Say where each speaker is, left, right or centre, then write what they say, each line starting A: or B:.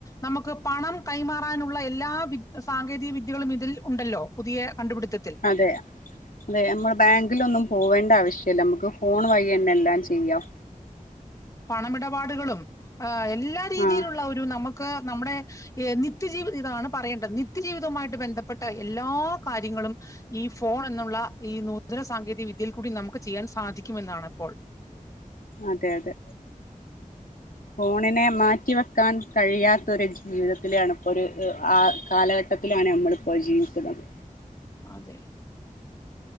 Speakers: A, on the left; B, on the left.
A: നമുക്ക് പണം കൈമാറാനുള്ള എല്ലാ വി സാങ്കേതിക വിദ്യകളും ഇതിൽ ഉണ്ടല്ലോ പുതിയ കണ്ടുപിടുത്തത്തിൽ
B: അതെയ അതെ നമ്മള് ബാങ്കിലൊന്നും പോവേണ്ട ആവശ്യല്ല നമുക്ക് ഫോൺ വഴി തന്നെ എല്ലാം ചെയ്യാം
A: പണമിടപാടുകളും ആ എല്ലാ രീതിയിലുള്ള
B: ആഹ്
A: ഒരു നമുക്ക് നമ്മുടെ ഈ നിത്യജീവി ഇതാണ് പറയേണ്ടത് നിത്യജീവിതവുമായിട്ട് ബന്ധപ്പെട്ട എല്ലാ കാര്യങ്ങളും ഈ ഫോൺ എന്നുള്ള ഈ നൂതന സാങ്കേതിക വിദ്യയിൽ കൂടി നമുക്ക് ചെയ്യാൻ സാധിക്കുമെന്നാണ് ഇപ്പോൾ
B: അതെ അതെ ഫോണിനെ മാറ്റിവെക്കാൻ കഴിയാത്തൊരു ജീവിതത്തിലാണ് ഇപ്പൊരു അ കാലഘട്ടത്തിലാണ് നമ്മളിപ്പൊ ജീവിക്കുന്നത്
A: അതെ